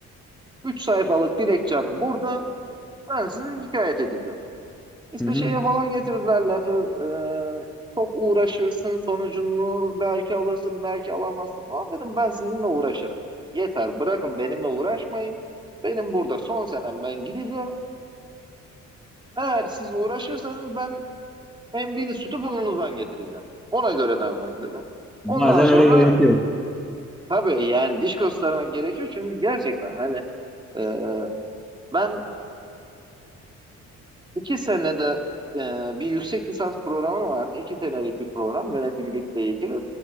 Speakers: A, on the right (about 15°); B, in the centre.
A: 3 sayfalık dilekçem burada. Ben sizi şikayet edeceğim. İşte
B: Hı hı.
A: şeye falan getirdiler lafı. e, çok uğraşırsın sonucunu belki alırsın belki alamazsın falan dedim. Ben sizinle uğraşırım. Yeter bırakın benimle uğraşmayın. Benim burada son senem ben gideceğim. Eğer siz uğraşırsanız ben Emdiğiniz sütü burnunuzdan getireceğim. Ona göre davranın dedim. Ondan
B: Bazen
A: sonra
B: öyle gerekiyor.
A: tabii yani diş göstermek gerekiyor çünkü gerçekten hani e, ben iki senede e, bir yüksek lisans programı vardı. İki senelik bir program yöneticilikle ilgili